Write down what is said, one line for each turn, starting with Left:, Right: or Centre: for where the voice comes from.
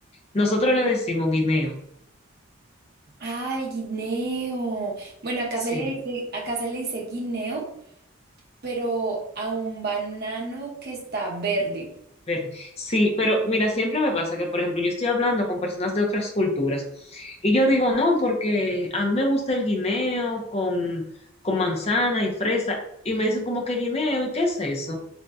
Left: Nosotros le decimos guineo.
Right: Ay, guineo. Bueno, acá
Left: Sí.
Right: se le dice, acá se le dice guineo, pero a un banano que está verde.
Left: Ver, Sí, pero mira, siempre me pasa que, por ejemplo, yo estoy hablando con personas de otras culturas y yo digo, no, porque a mí me gusta el guineo con, con manzana y fresa y me dicen como que guineo y qué es eso.